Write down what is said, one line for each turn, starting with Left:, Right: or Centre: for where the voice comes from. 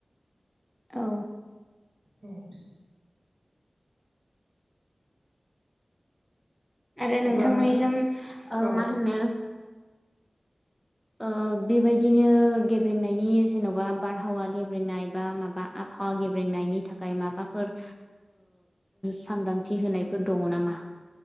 Centre: औ।
Right: औ।
Centre: आरो नोंथांमोननिजों
Right: अब्ला नोंथां
Centre: ओ
Right: औ
Centre: मा होनो ओ बेबायदिनो गेब्रेनायनि जेन'बा बारहावा गेब्रेनाय बा माबा आ बहा गेब्रेंनायनि थाखाय माबाफोर सांग्रांथि होनायफोर दङ नामा।